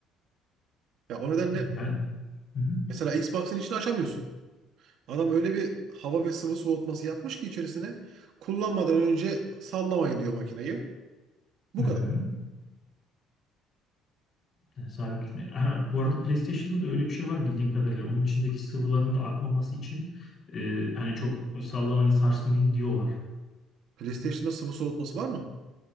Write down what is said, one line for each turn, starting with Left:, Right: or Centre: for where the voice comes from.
Right: Ya o nedenle
Left: Ben hı hı.
Right: mesela Xbox'ın içini açamıyorsun. Adam öyle bir hava ve sıvı soğutması yapmış ki içerisine kullanmadan önce sallamayın diyor makineyi.
Left: Hı
Right: Bu
Left: hı.
Right: kadar.
Left: E, Sabit tutun. Ha, bu arada PlayStation'da da öyle bir şey var bildiğim kadarıyla. Onun içindeki sıvıların da akmaması için e, hani çok sallamayın, sarsmayın diyorlar.
Right: PlayStation'da sıvı soğutması var mı?